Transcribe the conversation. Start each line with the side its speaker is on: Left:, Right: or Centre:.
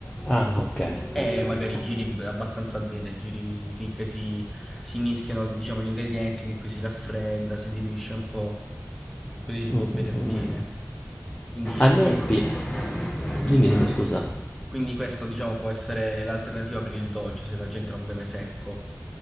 Left: Ah, ok,
Centre: E
Left: ok,
Centre: magari
Left: ok.
Centre: giri b- abbastanza bene, giri finché si, si mischiano, diciamo, gli ingredienti, comunque si raffredda, si diluisce un po', così si può
Left: Mm, mm,
Centre: bere bene.
Left: mm.
Centre: Quindi
Left: A
Centre: questo,
Left: me pi- Dimmi, dimmi, scusa.
Centre: quindi questo, diciamo, può essere l'alternativa per il dolce se la gente non beve secco.